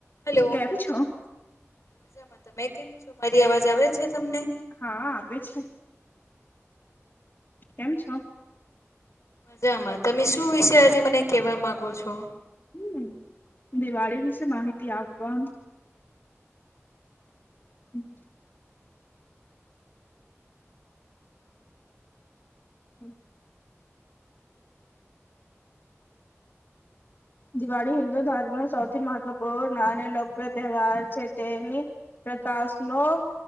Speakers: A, on the left; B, on the left.
A: Hello
B: કેમ છો?
A: મજામાં તમે કેમ છો? મારી અવાજ આવે છે તમને?
B: હા આવેે છે કેમ છો?
A: મજામાં તમે શું વિશે આજે મને કેવા માંગો છો?
B: હમ્મ, દિવાળી વિશે માહિતી આપવા હમ્મ. હમ્મ. દિવાળી હિન્દુ ધર્મનો સૌથી મહત્વપૂર્ણ અને લોકપ્રિય તહેવાર છે તેની પ્રકાશનો